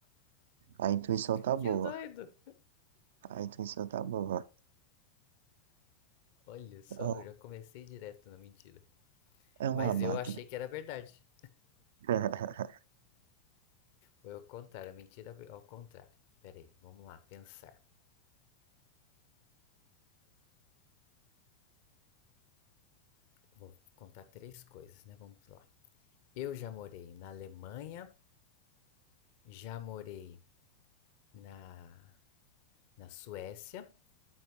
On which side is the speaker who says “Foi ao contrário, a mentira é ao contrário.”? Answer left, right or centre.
Left